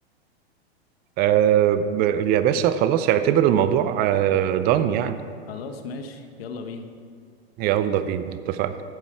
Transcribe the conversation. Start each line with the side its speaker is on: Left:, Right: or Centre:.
Right: آه... يا باشا خلاص اعتبر الموضوع دان يعني
Left: خلاص ماشي يلا بينا
Right: يلا بينا اتفقنا